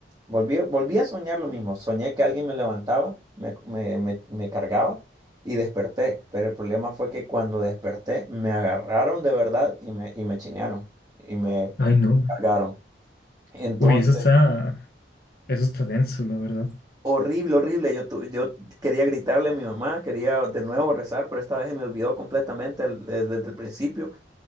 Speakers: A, on the right (about 20°); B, on the left (about 55°).
A: volví, volví a soñar lo mismo. Soñé que alguien me levantaba, me, me- me- me cargaba y desperté. Pero el problema fue que cuando desperté, me agarraron de verdad y me, y me chinearon y me
B: Ay, no.
A: cargaron. Entonces,
B: Uy, eso está, eso está denso, la verdad.
A: horrible, horrible. Yo, tu- yo quería gritarle a mi mamá, quería de nuevo rezar, pero esta vez se me olvidó completamente el- de- desde el principio.